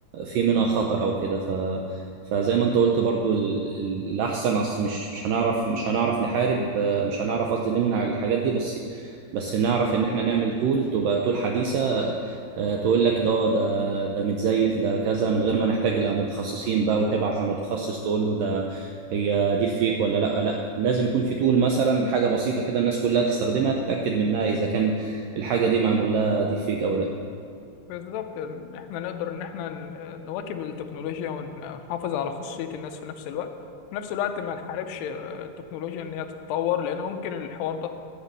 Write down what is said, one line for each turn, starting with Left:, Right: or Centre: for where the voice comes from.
Right: في منها خطر او كده ف فزي ما انت قلت برضو ال- ال- الاحسن اصل مش مش هنعرف مش هنعرف نحارب آه، مش هنعرف قصدي نمنع الحاجات دي بس بس نعرف ان احنا نعمل تول تبقى تول حديثة آه، تقول لك ده ده ده متزيف ده كذا من غير ما نحتاج لمتخصصين بقى وتبعت لمتخصص تقول له ده هي دي فيك ولا لا لا لازم يكون في تول مثلا حاجة بسيطة كده الناس كلها تستخدمها تتأكد منها اذا كان الحاجة دي معمول لها دي فيك او لا
Left: بالظبط إن احنا نقدر ان احنا ن- نواكب التكنولوجيا ونحافظ على خصوصية الناس في نفس الوقت في نفس الوقت ما نحاربش آه، التكنولوجيا ان هي تتطور لان ممكن الحوار ده